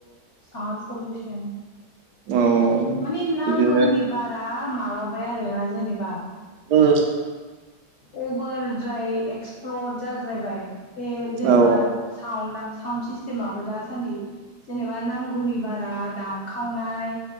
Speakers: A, on the left; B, on the right.
A: साउन पलुसन
B: औ
A: माने नांगौनि
B: बिदिनो
A: बारा माबाबाय आरोना जेनेबा
B: अम
A: अभारद्राय एक्सप्लर जाद्रायबाय बे जेनेबा
B: औ
A: साउन्डआ साउन्ड सिस्टेमाबो दासान्दि जेनेबा नांगौनि बारा दामखावनाय